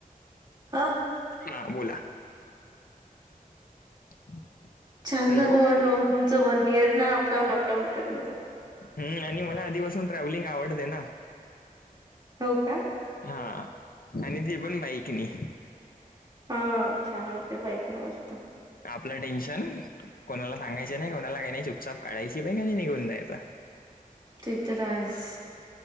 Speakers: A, on the right; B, on the left.
A: हा
B: हा बोला <inaudible>
A: छान
B: हॅलो
A: झालं वाटल तुमचं वन इयर ना अपडाऊन अपडाऊन करण्याचं
B: हम् आणि मला आधीपासून ट्रॅव्हलिंग आवडते ना
A: हो का
B: हा आणि तेी पण बाईकनी
A: हा छान वाटतेय बाईक न मस्त
B: आपलं टेन्शन कोणाला सांगायच नाही कोणाला काही नाही चुपचाप काढायची बाग आणि नाही निघून जायच
A: इत रास